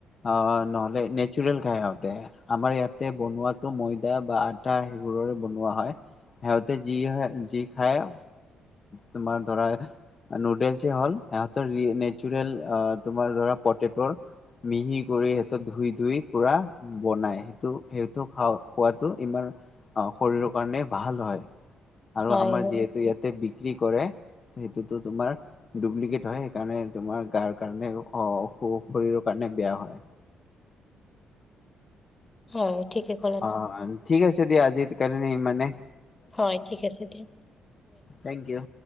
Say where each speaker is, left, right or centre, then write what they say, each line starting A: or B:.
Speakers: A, on the left (about 40°); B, on the left (about 25°).
A: আহ নহলে নেচৰেেল খায় সিহঁতে আমাৰ ইয়াতে বনোৱাাতো ময়দা বা আটা সেইবোৰৰে বনোৱা হয় সিহঁতে যি যি খায় তোমাৰ ধৰা নুডেলছ হল সিহঁতৰ নেচেৰেল তোমাৰ ধৰা পটটৰ মিহি কৰি সিহত ধুই ধুই পুৰা বনাই সেইটো সেইটো খ খোৱটো ইমান শৰীৰৰ কাৰণে ভাল হয় আৰু
B: হয়
A: আমাৰ
B: হয়
A: যিহেতু ইয়াতে বিক্ৰী কৰে সেইটোতো তোমাৰ ডুপ্লিকেট হয় সেইকাৰণে তোমাৰ গাৰ কাৰণে শৰীৰৰ কাৰণে বেয়া হয়
B: হয় ঠিকে ক'লে
A: অ ঠিক আছে দিয়া আজি জ কৰে ন মানে
B: হয় ঠিক আছে দিয়া
A: থেংক ইউ।